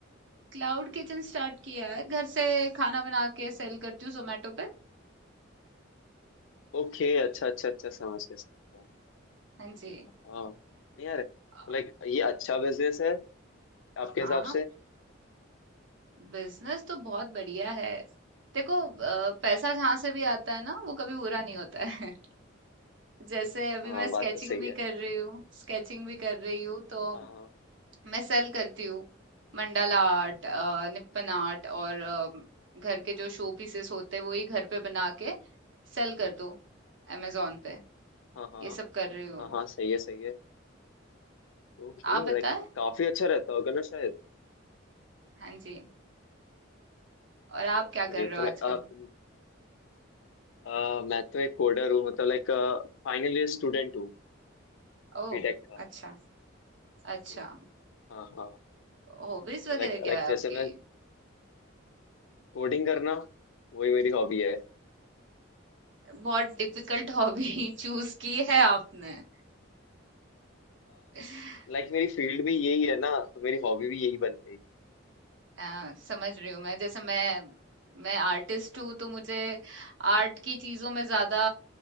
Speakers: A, on the right (about 70°); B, on the left (about 75°).
A: क्लाउड किचन स्टार्ट किया है घर से खाना बना के सेल करती हूँ जोमेटो पे
B: ओके अच्छा अच्छा अच्छा समझ गया समझ गया।
A: हाँ जी
B: हाँ नहीं यार
A: अ,
B: लाइक ये अच्छा बिजनेस है आपके
A: हाँ
B: हिसाब से
A: बिजनेस तो बहुत बढ़िया है देखो अ, पैसा जहाँ से भी आता है ना वो कभी बुरा नहीं होता है <laughs> जैसे अभी
B: हाँ
A: मैं स्केचिंग
B: बात तो सही
A: भी
B: है
A: कर रही हूँ स्केचिंग भी कर रही हूँ तो
B: हाँ हाँ
A: मैं सेल करती हूँ मंडाला आर्ट अ, निपन आर्ट और अ, घर के जो शो पीसेस होते हैं वो ही घर पे बना के सेल कर दो अमेजोन पे
B: हाँ हाँ
A: ये सब कर रही हूँ
B: हाँ हाँ सही है सही है ओके
A: आप बताएं
B: लाइक काफी अच्छा रहता होगा ना शायद
A: हाँ जी और आप
B: ओके
A: क्या कर रहे
B: तो
A: हो
B: लाइक
A: आजकल
B: आप अ, मैं तो एक कोडर हूँ मतलब लाइक फाइनल ईयर स्टूडेंट हूँ
A: ओह
B: बीटेक का
A: अच्छा अच्छा
B: ये हाँ हाँ
A: हॉबीज वगैरह
B: तो लाइक
A: क्या
B: लाइक
A: है
B: जैसे
A: आपकी
B: मैं कोडिंग करना वही मेरी हॉबी है
A: बहुत डिफिकल्ट हॉबी <laughs> चूज की है आपने <laughs>
B: लाइक मेरी फील्ड भी यही है ना तो मेरी हॉबी भी यही बन गई
A: अ, समझ रही हूँ मैं। जैसे मैं मैं आर्टिस्ट हूँ तो मुझे आर्ट की चीज़ों में ज़्यादा